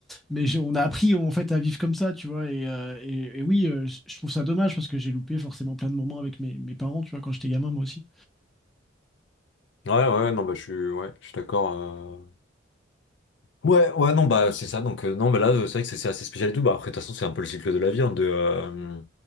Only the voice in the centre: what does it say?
mais j'ai- on a appris en fait à vivre comme ça, tu vois. Et, euh, et- et oui, euh, je je trouve ça dommage parce que j'ai loupé forcément plein de moments avec mes, mes parents, tu vois, quand j'étais gamin, moi aussi.